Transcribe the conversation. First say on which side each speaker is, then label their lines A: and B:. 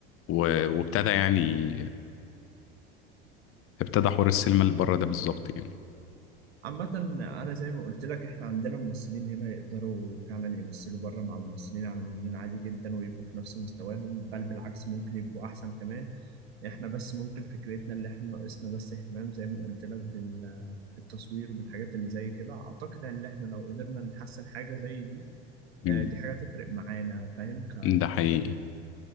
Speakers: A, on the left (about 45°); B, on the right (about 75°).
A: و... وابتدى يعني ابتدى حوار السينما اللي بره ده بالظبط يعني
B: عامة أنا زي ما قلت لك إحنا عندنا ممثلين هنا يقدروا فعلا يمثلوا بره مع ممثلين عالميين عادي جدا ويبقوا في نفس مستواهم بل بالعكس ممكن يبقوا أحسن كمان إحنا بس ممكن فكرتنا اللي إحنا ناقصنا بس اهتمام زي ما قلت لك بال- بالتصوير وبالحاجات اللي زي كده أعتقد إن إحنا لو قدرنا نحسن حاجة زي دي
A: مم.
B: آه، دي حاجة تفرق معانا فاهم ك...
A: ده حقيقي